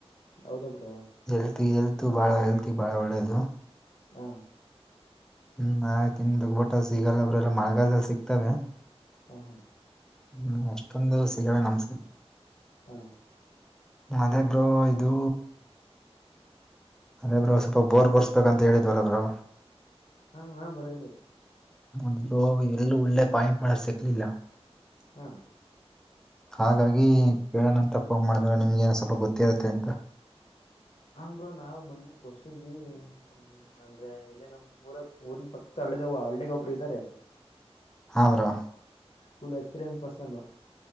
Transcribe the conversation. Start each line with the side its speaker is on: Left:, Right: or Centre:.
Left: ಹೌದಾ ಬ್ರೋ
Centre: ಎಲ್ತ್ ಎಲ್ತ್ ಬಾಳ ಹೆಲ್ತ್ ಬಾಳ ಒಳ್ಳೇದು
Left: ಹಾ
Centre: ಹ್ಮ್ ಆಯ್ತು ಇನ್ ತಿಂತಿವಿ ಬಟ್ ಸಿಗಲ್ಲ ಬ್ರೋ ಎಲ್ಲ ಮಳೆಗಾಲದಲ್ಲಿ ಸಿಗ್ತವೆ
Left: ಹ್ಮ
Centre: ಹ್ಮ್ ಅಷ್ಟೊಂದು ಸಿಗಲ್ಲ ನಮ್ ಸೈಡ್
Left: ಹಾ
Centre: ಅದೇಬ್ರೋ ಇದು ಅಂದೆ ಬ್ರೋ ಸ್ವಲ್ಪ ಬೋರ್ ಕೋರ್ಸ್ ಬೇಕಂತ ಹೇಳಿದ್ವಲ್ಲ ಬ್ರೋ
Left: ಹಾ ಬ್ರೋ ಹೇಳಿ
Centre: ಅಂದರು ಎಲ್ಲೂ ಒಳ್ಳೆ ಪಾಯಿಂಟ್ ಮಾಡಕ್ ಸಿಕ್ಲಿಲ್ಲ
Left: ಹಾ
Centre: ಹಾಗಾಗಿ ಕೇಳೋಣಂತ ಫೋನ್ ಮಾಡಿದ್ರ ನಿಂಗೇನು ಸ್ವಲ್ಪ ಗೊತ್ತಿರುತ್ತೆ ಅಂತ
Left: ಅ್ರ ನಾವ್ ಮೊನ್ನೆ ಕೊರ್ಸಿ ತವಿ ಅಂದ್ರೆ ಇಲ್ಲೇ ನಮ್ಮ್ ಊರ ಊರ್ನ ಪಕ್ಕದ ಹಳ್ಳೇದ ಹಳ್ಳೇಗ ಒಬ್ರು ಇದ್ದಾರೆ
Centre: ಹ್ ಬ್ರೋ
Left: ಫುಲ್ ಎಕ್ಸ್ಪೀರಿಯನ್ಸ್ ಪರ್ಸನ್